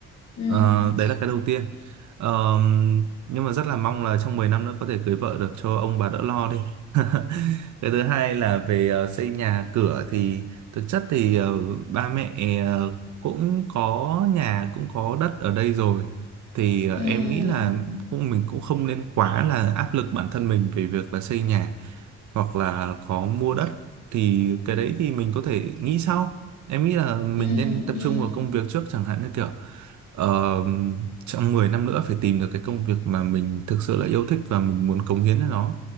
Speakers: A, on the left (about 60°); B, on the right (about 70°).
A: ừ
B: Ờ, đấy là cái đầu tiên. Ờ, nhưng mà rất là mong là trong 10 năm nữa có thể cưới vợ được cho ông bà đỡ lo đi. <laughs> Cái thứ hai là về ờ, xây nhà cửa thì thực chất thì ờ, ba mẹ ờ, cũng có nhà cũng có đất ở đây rồi. Thì ờ,
A: ừ
B: em nghĩ là cũng mình cũng không nên quá là áp lực bản thân mình về việc là xây nhà hoặc là có mua đất thì cái đấy thì mình có thể nghĩ sau. Em nghĩ là mình
A: ừ
B: nên tập
A: ừ
B: trung vào công việc trước chẳng hạn như kiểu Ờ, trong 10 năm nữa phải tìm được cái công việc mà mình thực sự là yêu thích và mình muốn cống hiến cho nó.